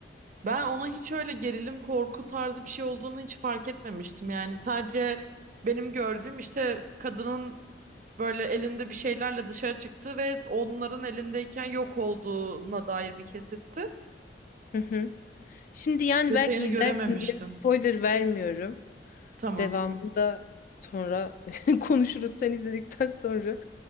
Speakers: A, on the right; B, on the left.
A: Ben ona hiç öyle gerilim korku tarzı bir şey olduğunu hiç fark etmemiştim. Yani sadece benim gördüğüm işte kadının böyle elinde bir şeylerle dışarı çıktığı ve onların elindeyken yok olduğuna dair bir kesitti.
B: Hı hı. Şimdi yani
A: Detayını
B: belki izlersin
A: görememiştim.
B: diye spoiler vermiyorum.
A: Tamam.
B: Devamını da sonra <laughs> konuşuruz sen izledikten sonra.